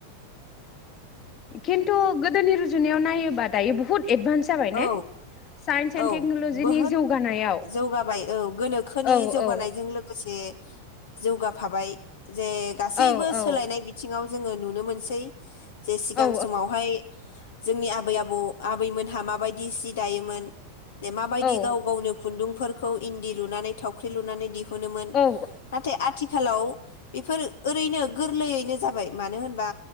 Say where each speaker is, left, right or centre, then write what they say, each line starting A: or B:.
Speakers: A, on the left; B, on the left.
A: खिनथु गो गोदोनि रुजुनायाव नायोबा दायो बुहुत एडभान्स जाबाय
B: औ
A: ने साइन्स
B: औ
A: एन्ड टेक्न'लजिनि
B: बहुद
A: जौगानायाव
B: जौगाबाय औ गोनोखोनि
A: औ
B: जौगानायजों
A: औ
B: लोगोसे जौगाफाबाय जे गासैबो
A: औ औ
B: सोलायनाय बिथिङाव जोङो नुनो मोनसै जे सिगां
A: औ
B: समावहाय जोंनि आबै आबौ आबैमोनहा मा मा बायदि सि दायोमोन मा बायदि
A: औ
B: गाव गावनो खुन्दुंफोरखौ इन्दि लुनानै थावख्रि लुनानै दिहुन मोनोमोन
A: औ
B: नाथाय आथिखालाव बेफोर ओरैनो गो रलैयैनो जाबाय मानो होनबा